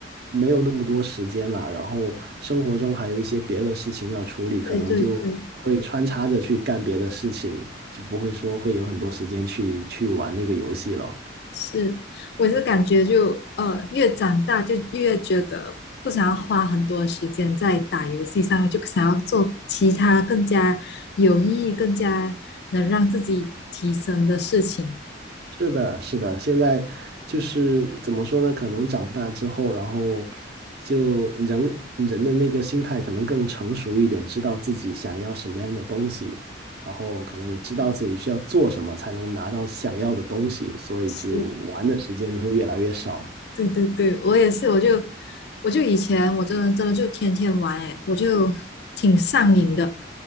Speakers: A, on the right; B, on the left.
A: 没有那么多时间了，然后生活中还有一些别的事情要处理，可能就会穿插着去干别的事情，
B: 对对对，
A: 就不会说会有很多时间去去玩那个游戏了。
B: 是，我也是感觉就呃，越长大就越觉得不想要花很多时间在打游戏上面，就想要做其他更加有意义、更加能让自己提升的事情。
A: 是的，是的，现在就是怎么说呢？可能长大之后，然后就人人的那个心态可能更成熟一点，知道自己想要什么样的东西，然后可能也知道自己需要做什么才能拿到想要的东西，所以就玩的时间就会越来越少。
B: 是。对对对，我也是，我就我就以前我真的真的就天天玩诶，我就挺上瘾的。